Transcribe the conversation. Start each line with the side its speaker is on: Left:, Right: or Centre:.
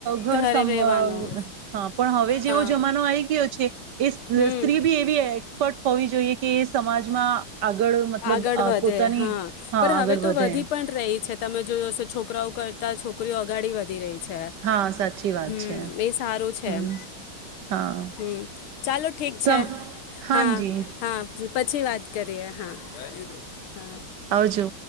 Right: ઘર
Left: ઘરે
Right: સમ
Left: રહેવાનું
Right: હા પણ હવે જેવો
Left: હા
Right: જમાનો આવી ગયો છે. એ
Left: હમ
Right: સ્ત્રી ભી એવી એક્સપર્ટ હોવી જોઈએ કે એ સમાજમાં આગળ મતલબ
Left: આગળ વધે
Right: પોતાની હા
Left: પણ
Right: આગળ
Left: હવે તો
Right: વધે
Left: વધી પણ રહી છે તમે જોયું હશે છોકરાઓ કરતા છોકરીઓ આગાડી વધી રહી છે છે,
Right: હા સાચી વાત
Left: હમ
Right: છે
Left: એ સારું છે
Right: હમ
Left: એમ
Right: હા
Left: હમ ચાલો ઠીક
Right: સમ
Left: છે
Right: હાજી
Left: હા, હા, પછી વાત કરીએ હા નાહી લીધું હા
Right: આવજો